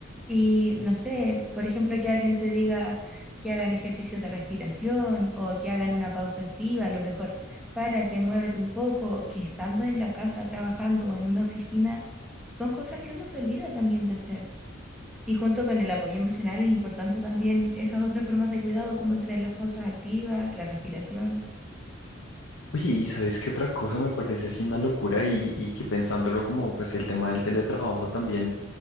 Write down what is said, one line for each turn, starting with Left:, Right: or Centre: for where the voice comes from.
Centre: y, no sé, por ejemplo, que alguien te diga que hagan ejercicios de respiración o que hagan una pausa activa, a lo mejor párate, muévete un poco, que estando en la casa trabajando o en una oficina, son cosas que uno se olvida también de hacer. Y junto con el apoyo emocional es importante también esas otras formas de cuidado, como tener las pausas activas, la respiración.
Left: Oye, y sabes qué otra cosa me parece así una locura y, y que pensándolo como pues el tema del teletrabajo también